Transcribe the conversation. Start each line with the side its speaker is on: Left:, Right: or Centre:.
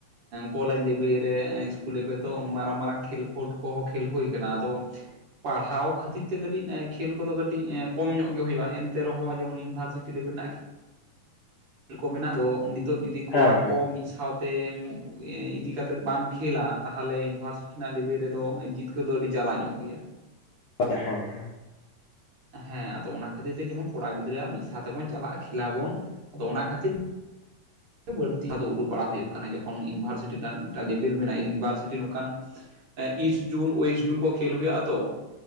Right: ᱠᱚᱞᱮᱡᱽ ᱞᱮᱵᱮᱞ ᱨᱮ ᱤᱥᱠᱩᱞ ᱞᱮᱵᱮᱞ ᱫᱚ ᱢᱟᱨᱟᱝ ᱢᱟᱨᱟᱝ ᱠᱷᱮᱞ ᱠᱚᱰ ᱠᱚᱦᱚᱸ ᱠᱷᱮᱞ ᱦᱩᱭ ᱠᱟᱱᱟ ᱟᱫᱚ ᱯᱟᱲᱦᱟᱣ ᱠᱷᱟᱹᱛᱤᱨ ᱛᱮ ᱠᱟᱹᱴᱤᱡ ᱠᱷᱮᱞ ᱠᱚᱫᱚ ᱠᱟᱹᱴᱤᱡ ᱮ ᱠᱚᱢ ᱧᱚᱜ ᱜᱮ ᱦᱩᱭᱩᱜᱼᱟ ᱮᱱᱛᱮ ᱨᱮᱦᱚᱸ ᱡᱮᱢᱚᱱ ᱵᱷᱟᱨᱥᱤᱴᱤ ᱨᱮ ᱢᱮᱱᱟᱜᱼᱟ ᱠᱷᱮᱞ ᱠᱷᱮᱞ ᱠᱚ ᱢᱮᱱᱟᱜ ᱛᱚ ᱱᱤᱛᱚᱜ ᱡᱩᱫᱤ ᱠᱚᱲᱟ
Left: ᱦᱮᱸ ᱦᱮᱸ
Right: ᱠᱚ ᱢᱤᱫ ᱥᱟᱶ ᱛᱮ ᱤᱫᱤ ᱠᱟᱛᱮᱫ ᱵᱟᱢ ᱠᱷᱮᱞᱟ ᱛᱟᱦᱚᱞᱮ ᱤᱭᱩᱱᱤᱵᱷᱟᱨᱥᱤᱴᱤ ᱨᱮᱱᱟᱜ ᱞᱮᱵᱮᱞ ᱨᱮᱫᱚ ᱡᱤᱛ ᱠᱟᱹᱨ ᱫᱚ ᱟᱹᱰᱤ ᱡᱟᱞᱟ ᱧᱚᱜ ᱜᱮᱭᱟ
Left: ᱛᱟᱦᱚᱞᱮ ᱦᱮᱸ ᱦᱮᱸ
Right: ᱦᱮᱸ ᱟᱫᱚ ᱚᱱᱟ ᱠᱷᱟᱹᱛᱤᱨ ᱛᱮ ᱡᱮᱢᱚᱱ ᱠᱚᱲᱟ ᱜᱤᱫᱽᱨᱟᱹᱣᱟᱜ ᱢᱤᱫ ᱥᱟᱶ ᱛᱮᱵᱚᱱ ᱪᱟᱞᱟᱜᱼᱟ ᱠᱷᱮᱞᱟᱵᱚᱱ ᱟᱫᱚ ᱚᱱᱟ ᱠᱷᱟᱹᱛᱤᱨ ᱵᱟᱹᱲᱛᱤ ᱟᱫᱚ ᱩᱰᱩᱠ ᱵᱟᱲᱟ ᱦᱩᱭᱩᱜ ᱠᱟᱱᱟ ᱡᱚᱠᱷᱚᱱ ᱤᱱᱵᱷᱟᱨᱥᱤᱴᱤ ᱛᱟᱢ ᱢᱤᱫᱴᱟᱝ ᱰᱤᱯᱮᱞ ᱢᱮᱱᱟᱜᱼᱟ ᱤᱱᱵᱷᱟᱨᱥᱤᱴᱤ ᱱᱚᱝᱠᱟᱱ ᱤᱥ ᱡᱩᱱ ᱚᱳᱭᱮᱥ ᱡᱩᱱ ᱠᱚ ᱠᱷᱮᱞ ᱦᱩᱭᱩᱜ ᱟ ᱛᱚ